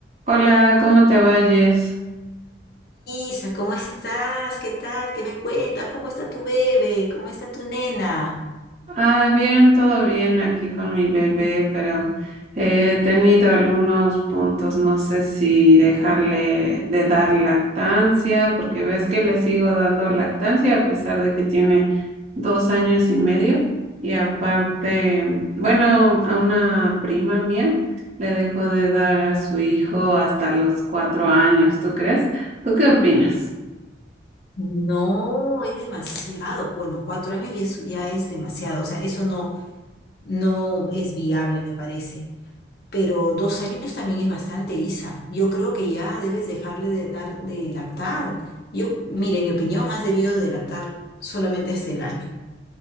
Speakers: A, on the right; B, on the left.
A: Hola, ¿cómo te vayas?
B: Isa, ¿cómo estás? ¿Qué tal? ¿Qué me cuentas? ¿Cómo está tu bebé? ¿Cómo está tu nena?
A: Ah, bien, todo bien aquí con mi bebé, pero eh, he tenido algunos puntos, no sé si dejarle de dar lactancia, porque ves que le sigo dando lactancia a pesar de que tiene dos años y medio. Y aparte, bueno, a una prima mía le dejó de dar a su hijo hasta los cuatro años, ¿tú crees? ¿Tú qué opinas?
B: No, es demasiado. Bueno, cuatro años ya es, ya es demasiado. O sea, eso no, no es viable, me parece. Pero dos años también es bastante, Isa. Yo creo que ya debes dejarle de dar de lactar. Yo, mire, en mi opinión, has debido de lactar solamente hasta el año.